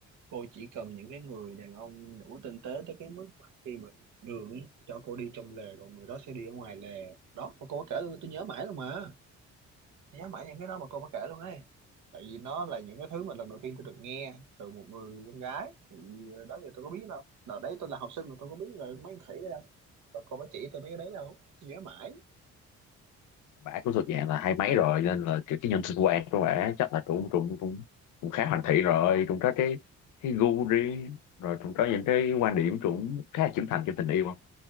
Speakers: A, on the right; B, on the left.
A: cô chỉ cần những cái người đàn ông đủ tinh tế tới cái mức mà khi mà đi ngoài đường ấy, cho cô đi trong lề còn người đó sẽ đi ở ngoài lề đó mà cô có kể luôn tôi nhớ mãi luôn mà nhớ mãi những cái đó mà cô có kể luôn ấy tại vì nó là những cái thứ mà lần đầu tiên tôi được nghe từ một người con gái thì ờ, đó giờ tôi có biết đâu đợt đấy tôi là học sinh mà tôi có biết là mấy thằng khỉ đâu và cô mới chỉ tôi mấy cái đấy đâu tôi nhớ mãi
B: bả cũng thuộc dạng là hai mấy rồi nên là kiểu cái nhân sinh quan của bả chắc là cũng cũng cũng cũng khá hoàn thiện rồi cũng có cái cái gu riêng rồi cũng có những cái quan điểm cũng khá là trưởng thành trong tình yêu không